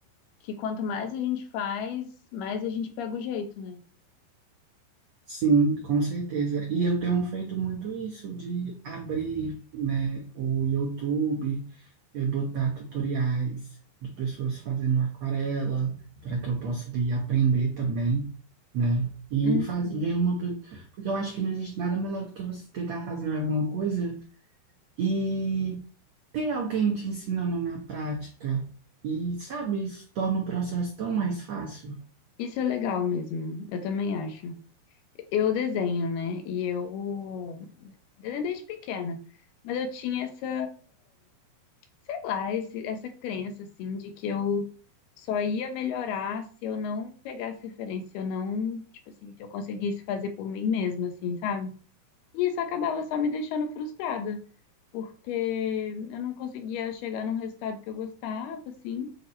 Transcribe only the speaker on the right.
Sim, com certeza. E eu tenho feito muito isso de abrir, né, o YouTube e botar tutoriais de pessoas fazendo aquarela para que eu possa ir aprender também, né? E
faz, ver uma, pe- porque eu acho que não existe nada melhor do que você tentar fazer alguma coisa e ter alguém te ensinando na prática. E sabe, isso torna o processo tão mais fácil.